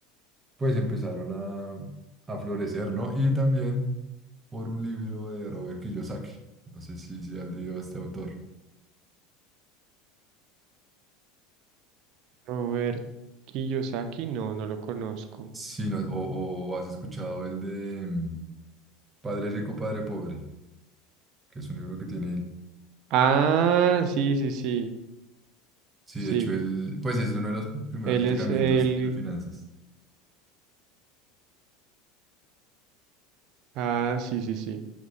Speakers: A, on the right; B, on the right.
A: pues empezaron a, a florecer, ¿no? Y también por un libro de Robert Kiyosaki. No sé si, si has leído a este autor.
B: Robert Kiyosaki, no, no lo conozco.
A: Sí, no- o, o has escuchado el de mm, Padre Rico, Padre Pobre, que es un libro que tiene él.
B: Ah, sí, sí, sí,
A: Sí,
B: sí.
A: de hecho, él, pues es uno de los primeros
B: Él
A: acercamientos
B: es el
A: de finanzas.
B: Ah, sí, sí, sí.